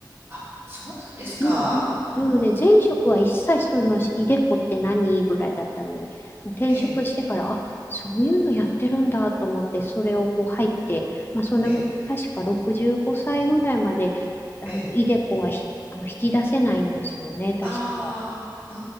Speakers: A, on the right; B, on the left.
A: あ、そうなんですか。
B: うんうん。
A: うーん。
B: なので、前職は一切そういうの、イデコって何ぐらいだったのに、まあ、転職してから、
A: ええ。
B: あ、そういうのやってるんだと思って、それをこう入って、まあ、それも確か65歳ぐらいまで、
A: ええ。
B: あの、
A: ええ。
B: イデコはひあの引き出せないんですよね、確か。
A: ああ、う